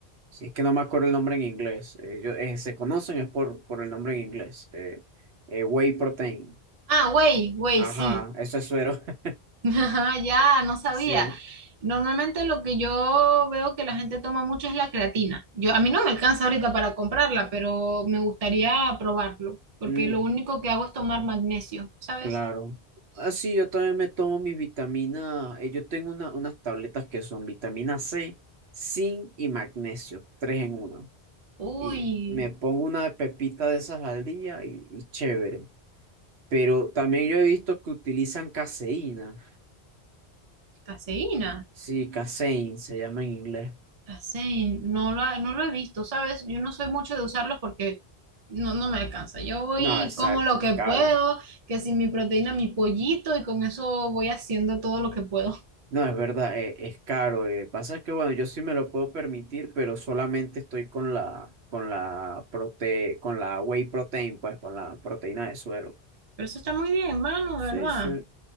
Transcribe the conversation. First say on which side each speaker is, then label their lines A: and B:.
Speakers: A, on the right (about 85°); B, on the right (about 40°).
A: si es que no me acuerdo el nombre en inglés. Eh, yo- eh, se conocen es por, por el nombre en inglés. Eh, eh, whey protein.
B: Ah, güey, güey,
A: Ajá,
B: sí.
A: eso es suero. <laughs>
B: <laughs> Ajá, Ya, no sabía.
A: Sí,
B: Normalmente lo que yo veo que la gente toma mucho es la creatina. Yo, a mí no me alcanza ahorita para comprarla, pero me gustaría probarlo, porque
A: Mm,
B: lo único que hago es tomar magnesio, ¿sabes?
A: claro. Así yo también me tomo mis vitaminas. eh, yo tengo una- unas tabletas que son vitamina C, zinc y magnesio, tres en una.
B: Uy,
A: Y me pongo una pepita de esas al día y, y chévere. Pero también yo he visto que utilizan caseína.
B: caseína.
A: Sí, Casein se llama en inglés.
B: Casein, no lo, ha- no lo he visto, ¿sabes? Yo no soy mucho de usarlos porque no, no me alcanza. Yo voy
A: No, exacto,
B: como lo
A: es
B: que
A: caro.
B: puedo, que sin mi proteína, mi pollito, y con eso voy haciendo todo lo que puedo.
A: No, es verdad, eh, es caro. eh. Pasa es que, bueno, yo sí me lo puedo permitir, pero solamente estoy con la, con la prote, con la whey protein, pues, con la proteína de suero.
B: <laughs> Pero eso está muy bien, mano,
A: Sí,
B: de ¿verdad?
A: sí.